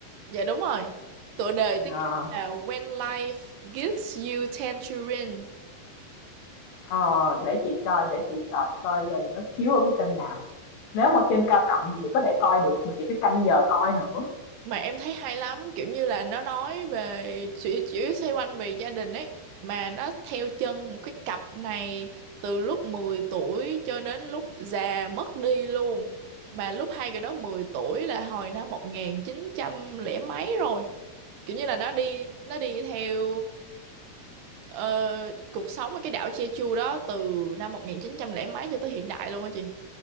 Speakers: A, on the right (about 75°); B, on the left (about 65°).
A: Dạ đúng rồi. Tựa đề
B: Ờ,
A: tiếng Anh là When Life Gives You Tangerine.
B: ờ, để chị coi, để chị search coi giờ nó chiếu ở cái kênh nào. Nếu mà trên cao cộng thì chị có thể coi được mà chị phải canh giờ coi nữa.
A: Mà em thấy hay lắm, kiểu như là nó nói về chỉ chỉ xoay quanh về gia đình ấy mà nó theo chân một cái cặp này từ lúc 10 tuổi cho đến lúc già mất đi luôn. Mà lúc hai người đó 10 tuổi là hồi năm 1900 lẻ mấy rồi. Kiểu như là nó đi nó đi theo ờ, cuộc sống ở cái đảo Jeju đó từ năm 1900 lẻ mấy cho tới hiện đại luôn á chị.